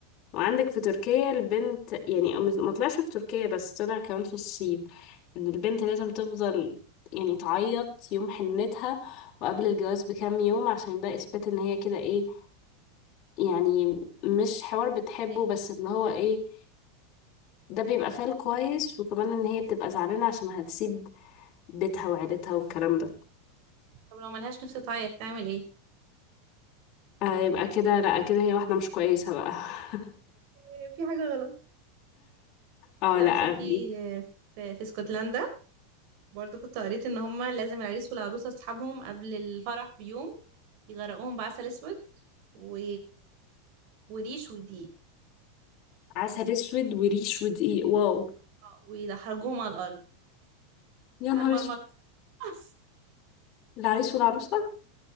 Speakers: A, on the left (about 40°); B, on the right (about 55°).
A: وعندك في تركيا البنت يعني ما طلعش في تركيا بس طلع كمان في الصين ان البنت لازم تفضل يعني تعيط يوم حنتها وقبل الجواز بكام يوم عشان ده اثبات ان هي كده ايه يعني مش حوار بتحبه
B: <laughs>
A: بس اللي هو ايه ده بيبقى فال كويس وكمان ان هي بتبقى زعلانة عشان هتسيب بيتها وعيلتها والكلام ده
B: طب لو ملهاش نفس تعيط تعمل ايه
A: آه يبقى كده لا كده هي واحدة مش كويسة بقى <laughs>
B: إيه، في حاجة غلط
A: اه
B: لا
A: لا
B: مثلا
A: غريب
B: في في, في اسكتلندا برضو كنت قريت ان هما لازم العريس والعروسه اصحابهم قبل الفرح بيوم يغرقوهم بعسل اسود و... وريش ودقيق
A: عسل اسود وريش ودقيق واو
B: آه، ويدحرجوهم على الارض
A: يا
B: هنمرمط
A: نهار اسود
B: <laughs>
A: العريس والعروسة